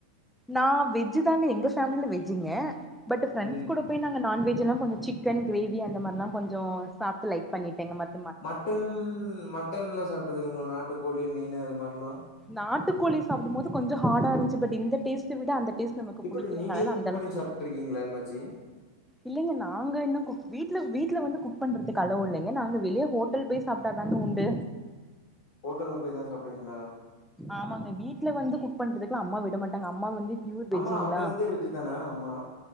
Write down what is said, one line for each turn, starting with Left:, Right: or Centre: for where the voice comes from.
Centre: நா வெஜ்ஜு தாங்க எங்க ஃபேமிலில வெஜ்ஜுங்க பட் ஃப்ரெண்ட்ஸ்
Left: ம்.
Centre: கூட போய் நாங்க நான்வெஜ்லா கொஞ்சோ சிக்கன் கிரேவி அந்த மாரிலா கொஞ்சோ சாப்ட்டு லைக் பண்ணிட்டேங்க மத்
Left: மட்டன் மட்டன்ல்லா சாப்ட்டது இல்லங்க நாட்டுக்கோழி மீன் அது மாரில்லா
Centre: நாட்டுக்கோழி சாப்டும்போது கொஞ்சம் ஹார்டா இருந்துச்சி பட் இந்த டேஸ்ட்ட விட அந்த டேஸ்ட் நமக்கு
Left: இப்டி
Centre: புடிக்கலங்க
Left: நீங்களே
Centre: அதனால
Left: குக்
Centre: அந்த
Left: பண்ணி சாப்ட்டுருக்கீங்களா எப்பாச்சி
Centre: இல்லைங்க நாங்க இன்னு குக்அ வீட்டுல வீட்ல வந்து குக் பண்றதுக்கு அலோ இல்லைங்க நாங்க வெளிய ஹோட் டல் போய் சாப்ட்டாதாங்க உண்டு
Left: ஹோட்டல்ல போய் தா சாப்டுவீங்களா
Centre: ஆமாங்க வீட்ல வந்து குக் பண்றதுக்குல்லா அம்மா விட மாட்டாங்க அம்மா வந்து ப்யூர் வெஜ்ஜுங்ளா
Left: அம்மா அப்ப இருந்தே வெஜ் தானா அம்மா?